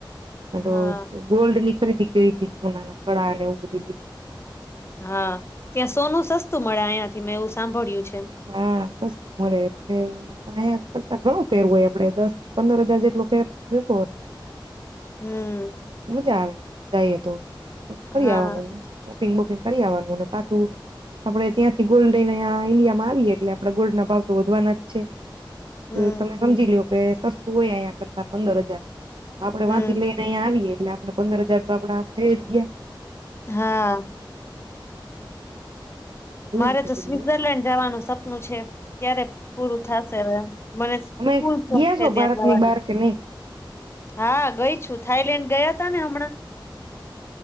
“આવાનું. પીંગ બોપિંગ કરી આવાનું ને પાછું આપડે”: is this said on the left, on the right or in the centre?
Right